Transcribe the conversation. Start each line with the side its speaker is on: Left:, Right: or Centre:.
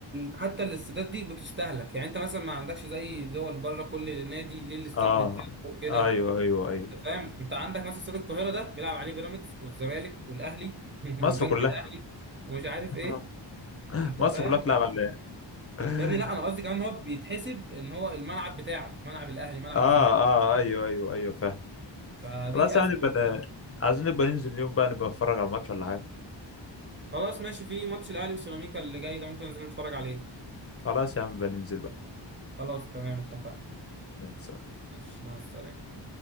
Right: حتى الاستادات دي بتستهلك يعني انت مثلا ما عندكش زي دول بره كل نادي ليه الاستاد
Left: اه
Right: بتاعه وكده
Left: ايوه ايوه ايوه
Right: انت فاهم انت عندك مثلا استاد القاهره ده بيلعب عليه بيراميدز والزمالك والاهلي <laughs> والبنك
Left: مصر كلها
Right: الاهلي ومش عارف
Left: <laughs>
Right: ايه انت
Left: مصر
Right: فاهم
Left: كلها بتلعب عليه اه
Right: يا ابني لا انا قصدي كمان ان هو بيتحسب ان هو الملعب بتاعك ملعب الاهلي ملعب
Left: اه
Right: الزمالك
Left: ايوه ايوه ايوه فاهم
Right: فدي
Left: خلاص يا
Right: ازمه
Left: عم نبقى
Right: والله
Left: ن- عايزين نبقى ننزل اليوم بقى نبقى نتفرج على الماتش ولا حاجة
Right: خلاص ماشي في ماتش الاهلي وسيراميكا اللي جاي ده ممكن ننزل نتفرج عليه
Left: خلاص يا عم نبقى ننزل بقى
Right: خلاص تمام اتفقنا
Left: يلا سلام.
Right: ماشي مع السلامه